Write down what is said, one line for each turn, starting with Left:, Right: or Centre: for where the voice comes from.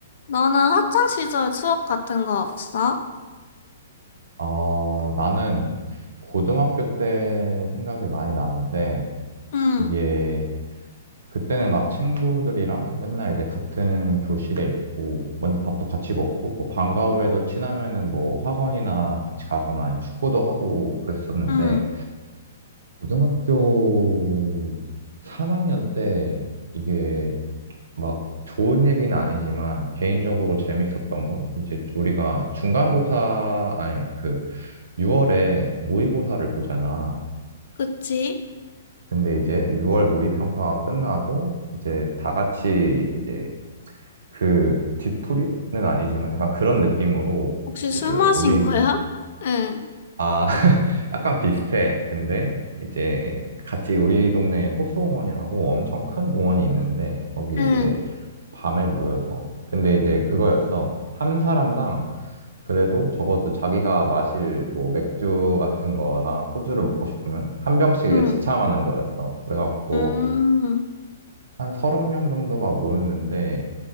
Left: 너는 학창 시절 추억 같은 거 없어?
Right: 어, 나는 고등학교 때 생각이 많이 나는데,
Left: 응,
Right: 이게, 그때는 막 친구들이랑 맨날 이제 같은 교실에 있고, 먼저 밥도 같이 먹고, 뭐 방과 후에도 친하면은 뭐 학원이나 같이 가거나 아니면 축구도 하고 그랬었는데,
Left: 응,
Right: 고등학교 3학년 때 이게 막 좋은 얘기는 아니지만, 개인적으로 재밌었던 건, 이제 우리가 중간고사, 아니, 그, 6월에 모의고사를 보잖아.
Left: 그치?
Right: 근데 이제 6월 모의평가가 끝나고 이제 다 같이 이제 그 뒤풀이는 아니지만 약간 그런 느낌으로
Left: 혹시 술
Right: 이제
Left: 마신
Right: 우리
Left: 거야? <laughs>
Right: 아 <laughs> 약간 비슷해. 근데 이제 같이 우리 동네 호수공원이라고 엄청 큰 공원이 있는데 거기
Left: 응,
Right: 이제
Left: 응,
Right: 밤에 모여서 근데 이제 그거였어. 한 사람당 그래도 적어도 자기가 마실 뭐 맥주 같은 거나 소주를 먹고 싶으면 한 병씩
Left: 응,
Right: 이제 지참하는 거였어. 그래갖고
Left: 음,
Right: 한 서른 명 정도가 모였는데